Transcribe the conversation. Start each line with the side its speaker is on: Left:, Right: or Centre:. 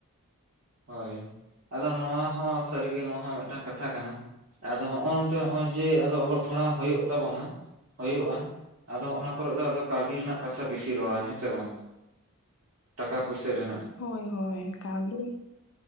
Right: ᱦᱳᱭ ᱟᱫᱚ ᱱᱚᱣᱟ ᱦᱚᱸ ᱥᱟᱹᱨᱤᱜᱮ ᱱᱚᱣᱟ ᱦᱚᱸ ᱢᱤᱫᱴᱟᱝ ᱠᱟᱛᱷᱟ ᱠᱟᱱᱟ- ᱟᱫᱚ ᱱᱚᱜᱼᱚᱭ ᱛᱚ ᱱᱚᱜᱼᱚᱭ ᱡᱮ ᱟᱫᱚ ᱚᱞᱚᱜ ᱯᱟᱲᱦᱟᱣ ᱦᱩᱭᱩᱜ ᱛᱟᱵᱚᱱᱟ᱾ ᱦᱳᱭᱳᱜᱼᱟ ᱟᱫᱚ ᱚᱱᱟ ᱠᱚᱨᱮᱜ ᱫᱚ ᱟᱫᱚ ᱠᱟᱹᱣᱰᱤ ᱨᱮᱱᱟᱜ ᱠᱟᱛᱷᱟ ᱵᱮᱥᱤ ᱨᱚᱲᱟᱭ ᱦᱮᱸ ᱥᱮ ᱵᱟᱝ? ᱴᱟᱠᱟ ᱯᱩᱭᱥᱟᱹ ᱨᱮᱱᱟᱜ᱾
Left: ᱦᱳᱭ ᱦᱳᱭ ᱠᱟᱹᱣᱰᱤ-